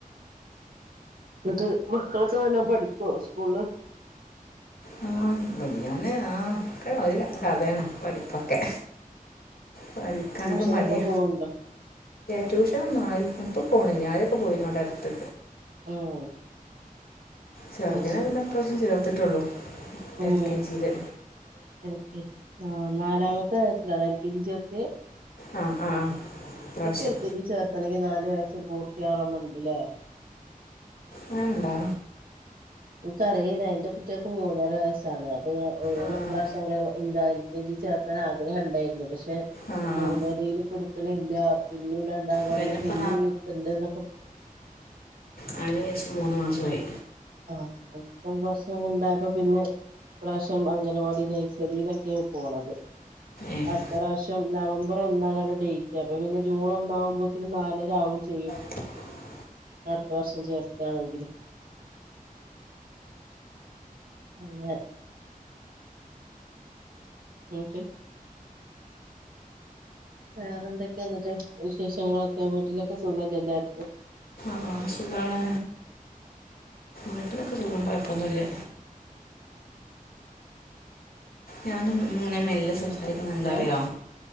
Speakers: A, on the right (about 70°); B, on the left (about 85°).
A: ന്ന്ട്ട് മക്കളൊക്കെ നല്ലോം പഠിക്കോ സ്കൂള്ല്
B: ആ വലിയവന് ആ ഒക്കെ ഒരു കഥെണ് പഠിപ്പൊക്കെ പടിക്കാനൊക്കെ
A: ട്യൂഷനൊക്കെ
B: മട്യ
A: പോവണ്ടോ
B: റ്റൂഷനൊന്നായില്ല പ്പൊ പുളിഞ്ഞാലൊക്കെ പോയിരുന്നു ഇവടെ അടുത്ത്
A: ഉം
B: ചെറ്ത്
A: അത്
B: നെ
A: ശരി
B: പിന്നെ ഇപ്രാഷ്യം ചേർത്തിട്ടുള്ളൂ
A: ഉം
B: എൽ കെ ജില്
A: എൽ കെ ജി ആ നാലാമത്തെ വയസ്സിലാണോ എൽ കെ ജി ചേർത്യേ
B: ആ ആ ആ ഇപ്രാവശ്യം
A: ഇപ്പൊ എൽ കെ ജി ചേർത്തണെങ്കിൽ നാ ല് വയസ്സ് പൂർത്തിയാവണെന്ന്ണ്ട് ല്ലേ
B: അങ്ങനെ ണ്ടോ
A: ഇൻക്കറില്ല ന്റെ കുട്ട്യാക്ക് മൂന്നര വയസ്സാണ് അപ്പൊ ഓല്
B: ആഹ്
A: ഇപ്രാശ്യം അംഗല എന്താ എൽ കെ ജി ചേർത്താൻ ആഗ്രഹം ഇണ്ടേരുന്നു പക്ഷെ
B: ആഹ്
A: മൂന്നരയില്പ്പ്ടുക്ക്ണില്ല പിന്നേം രണ്ടാം കൊല്ലം
B: ഇവനിപ്പോ
A: പിന്നിം ഇര്ത്ത്ണ്ട് ന്നൊക്കെ പ
B: നാലു വയസ്സും മൂന്ന് മാസം ആയി
A: <unintelligible> പ്രാശ്യം അംഗനവാടി നെഴ്സറിലൊക്കെ പോണത്
B: ഏഹ്
A: അടുത്ത പ്രാശ്യം നവംബർ ഒന്നാണ് ഓന്റെ ഡേറ്റ് അപ്പൊ പിന്നെ ജൂൺ ഒന്നാവുമ്പോത്തിന് നാലര ആവും ചെയ്യും
B: <unintelligible>
A: അടുത്ത വർഷം ചേർത്താണെങ്കില് ആഹ ട്ട <unintelligible> വേറെ എന്തൊക്കെയ എന്നിട്ട് വിശേഷങ്ങളൊക്കെ വീട്ടിലൊക്കെ സുഖല്ല എല്ലർക്കും
B: ആ സുഖമാണ് വീട്ടിലൊക്കെ സുഖം കുഴപ്പമൊന്നുമില്ല ഞാനും ഇങ്ങനെ മെല്ല് സംസാരിക്കുന്നു എന്താ
A: ഹലോ
B: അറിയോ